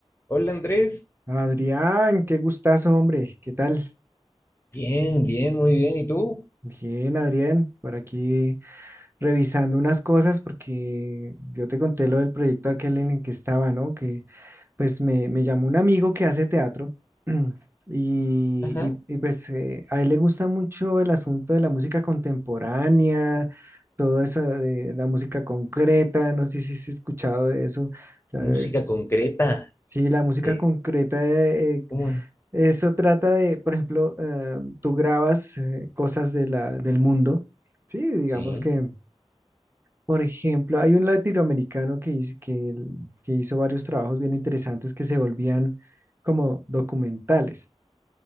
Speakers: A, on the left; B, on the right.
A: Hola Andrés,
B: Adrián, qué gustazo, hombre. ¿Qué tal?
A: bien, bien, muy bien. ¿Y tú?
B: Bien, Adrián, por aquí revisando unas cosas porque yo te conté lo del proyecto aquel en el que estaba, ¿no? Que pues me, me llamó un amigo que hace teatro <clears throat> y,
A: Ajá,
B: y- y, pues eh, a él le gusta mucho el asunto de la música contemporánea, todo eso de la música concreta, no sé si has escuchado de eso. la-
A: música
B: eh,
A: concreta.
B: Sí, la música
A: Sí.
B: concreta, eh,
A: ¿Cómo es?
B: Eso trata de, por ejemplo, eh, tú grabas eh, cosas de la, del mundo, ¿sí? Digamos
A: Sí.
B: que, por ejemplo, hay un latinoamericano que, hiz- que, el- que hizo varios trabajos bien interesantes que se volvían como documentales.